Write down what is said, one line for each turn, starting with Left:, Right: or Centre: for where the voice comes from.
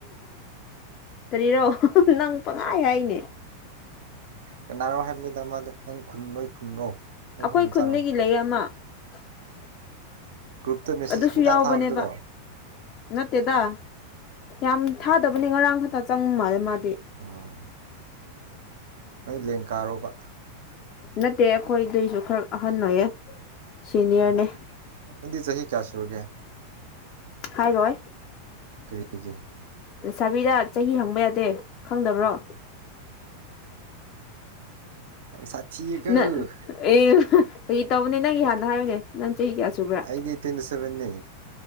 Left: ꯀꯔꯤꯔꯣ ꯅꯪ ꯄꯉꯥꯏ ꯍꯥꯏꯅꯦ
Right: ꯀꯅꯥꯔꯣ ꯍꯥꯏꯕꯅꯤꯗ ꯃꯥꯗꯣ ꯅꯪ ꯈꯨꯜ ꯂꯣꯏ ꯈꯨꯜꯔꯣ ꯅꯣꯏ
Left: ꯑꯩꯈꯣꯏ
Right: ꯈꯨꯟꯕ
Left: ꯈꯨꯟꯗꯒꯤ
Right: ꯆꯥꯔꯣ
Left: <inaudible>
Right: ꯒ꯭ꯔꯨꯞꯇ ꯃꯦꯁꯦꯁ
Left: ꯑꯗꯨꯁꯨ
Right: ꯄꯨꯡꯇꯥ
Left: ꯌꯥꯎꯕꯅꯦꯕ
Right: ꯊꯥꯕꯗꯨꯔꯣ
Left: ꯅꯠꯇꯦꯗ ꯌꯥꯝ ꯊꯥꯗꯕꯅꯤ ꯉꯔꯥꯡ ꯈꯛꯇ ꯆꯪꯉ ꯃꯥꯜꯂꯦ ꯃꯥꯗꯤ
Right: ꯑꯣ ꯅꯣꯏ ꯂꯦꯡ ꯀꯥꯔꯨꯕ
Left: ꯅꯠꯇꯦ ꯑꯩꯈꯣꯏꯗꯩꯁꯨ ꯈꯔ ꯑꯍꯟ ꯑꯣꯏꯌꯦꯦ ꯁꯤꯅꯤꯌꯔꯅꯦ
Right: ꯑꯣ ꯅꯪꯗꯤ ꯆꯍꯤ ꯀꯌꯥ ꯁꯨꯔꯒꯦ
Left: ꯍꯥꯏꯔꯣꯏ
Right: ꯀꯔꯤꯒꯦ
Left: ꯁꯥꯕꯤꯗ ꯆꯍꯤ ꯍꯪꯕ ꯌꯥꯗꯦ ꯈꯪꯗꯕ꯭ꯔꯣ
Right: ꯌꯥꯝ ꯁꯥꯊꯤꯌꯦꯀꯣ
Left: ꯅ ꯑꯦ ꯀ ꯇꯧꯕꯅꯦ ꯅꯪꯒꯤ ꯍꯥꯟꯅ ꯍꯥꯏꯌꯨꯅꯦ ꯅꯪ ꯆꯍꯤ ꯀꯌꯥ ꯁꯨꯕ꯭ꯔꯥ
Right: ꯑꯩꯗꯤ ꯇ꯭ꯋꯦꯟꯇꯤ ꯁꯚꯦꯟꯅꯤ